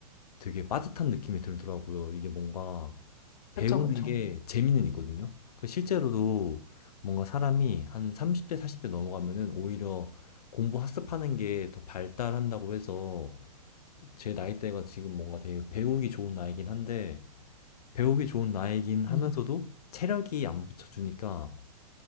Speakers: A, on the left (about 80°); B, on the left (about 35°).
A: 되게 빠듯한 느낌이 들더라고요. 이게 뭔가 배우는
B: 그쵸, 그쵸.
A: 게 재미는 있거든요. 그 실제로도 뭔가 사람이 한 30대, 40대 넘어가면은 오히려 공부 학습하는 게 더 발달한다고 해서 제 나이대가 지금 뭔가 되게 배우기 좋은 나이긴 한데 배우기 좋은 나이긴
B: 네,
A: 하면서도 체력이 안 붙여주니까